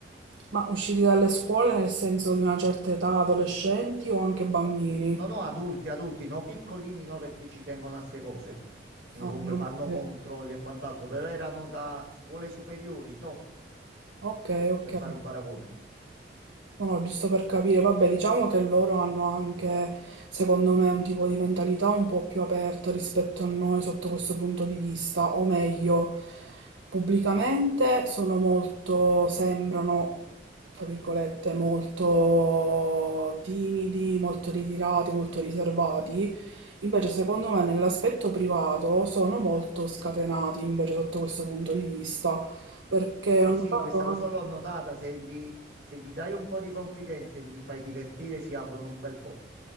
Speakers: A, on the right; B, on the right.
A: Ma usciti dalle scuole nel senso di una certa età, adolescenti o anche bambini?
B: No, no, adulti, adulti, no, piccolini no perché ci tengono a ste cose. Quindi
A: Ah,
B: comunque
A: meno
B: fanno
A: male.
B: controlli e quant'altro, però erano da scuole superiori, toh,
A: Ok, ok.
B: per fare un paragone.
A: No, no, giusto per capire, vabbè, diciamo che loro hanno anche, secondo me, un tipo di mentalità un po' più aperta rispetto a noi sotto questo punto di vista, o meglio, pubblicamente sono molto, sembrano, tra virgolette, molto timidi, molto ritirati, molto riservati. Invece, secondo me, nell'aspetto privato sono molto scatenati, invece, sotto questo punto di vista, perché
B: Sì,
A: ho notato
B: sì, questa
A: anche...
B: cosa l'ho notata, se gli, se gli dai un po' di confidenza e li fai divertire si aprono un bel po'.